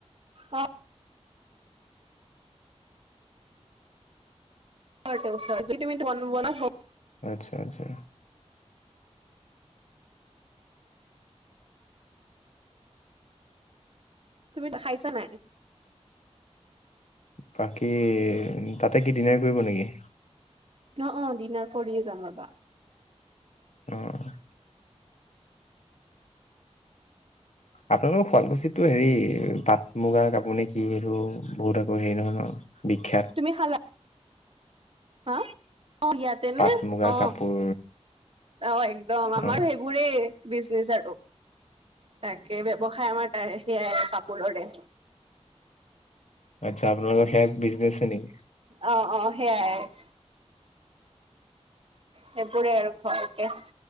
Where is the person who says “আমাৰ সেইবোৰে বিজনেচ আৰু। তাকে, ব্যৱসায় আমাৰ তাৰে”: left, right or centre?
Right